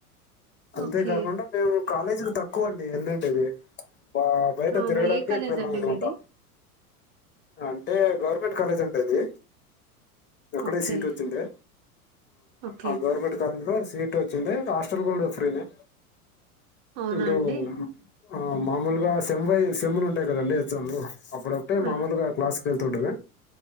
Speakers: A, on the left; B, on the right.
A: అంతేకాకుండా
B: ఓకే
A: మేము కాలేజికి తక్కువండి ఎల్ లి మా బయట
B: అవునా
A: తిరగడానికె
B: ఏ కాలేజ్
A: ఎక్కువ వెళ్ళాం
B: అండి
A: అనుకుంట
B: మీది
A: అంటే గవర్నమెంట్ కాలేజ్ ఉండేది అక్కడేసీట్
B: ఓకే
A: వచ్చుండే
B: ఓకే
A: ఆ గవర్నమెంట్ కాలేజ్ లో సీట్ వచ్చింది హాస్టల్ కూడా ఫ్రీనే
B: అవునా
A: ఇప్పుడు
B: అండి
A: ఆ మామూలుగా సెమ్ వైస్ సెమ్ములు ఉంటాయి కదండి ఎగ్జామ్లు అప్పుడు ఒక్కటే
B: ఆ,
A: మామూలుగా క్లాస్ వెళ్తుండమే